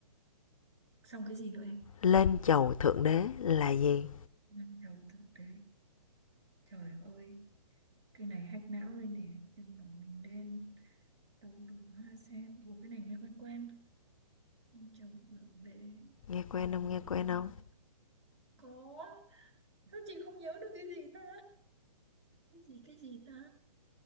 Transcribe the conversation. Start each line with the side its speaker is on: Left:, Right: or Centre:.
Right: Xong cái gì nữa em?
Left: lên chầu thượng đế là gì?
Right: Năm đầu thực tế. Trời ơi, cái này hack não đây nè. Chân đỏ mình đen. Đậu đủ hoa sen Ủa cái này nghe quen quen chồng vượng để
Left: Nghe quen
Right: nhìn
Left: không, nghe quen
Right: lên.
Left: không?
Right: Có Sao chị không nhớ được cái gì ta Cái gì cái gì ta